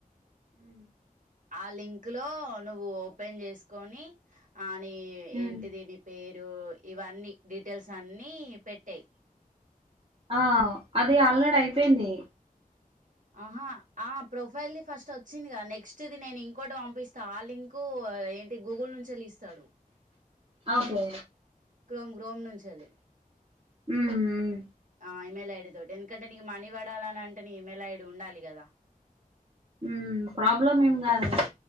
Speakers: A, on the right (about 35°); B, on the right (about 60°).
A: ఆ.
B: ఆ లింక్ లో నువ్వు ఓపెన్ చేసుకొని ఆ. అ
A: హ్మ్.
B: ఏంటిది నీ పేరు.. మీరు ఇవన్నీ డీటెయిల్స్ అన్ని పెట్టాయి.
A: ఆ అది అల్ రాడి అయిపోయింది.
B: ఆహా ఆ ప్రొఫైల్ది ఫస్ట్ వచ్చిందిగా నెక్స్ట్ ఇది నేను ఇంకోటి పంపిస్తా ఆ లింకు ఏంటి గూగుల్ నుంచి వెళ్ళి ఇస్తాడు.
A: ఓకే.
B: క్రోమ్. క్రోమ్ నుంచి వెళ్ళి
A: హ్మ్. హ్మ్.
B: ఆ మా. ఇమెల్ ఐడి తోటి ఎందుకంటే నీకు మనీ పడాలని అంటే నీ ఇమెల్ ఐడి ఉండాలి కదా.
A: హ్మ్ ప్రాబ్లమ్ ఏం కాదా అండి.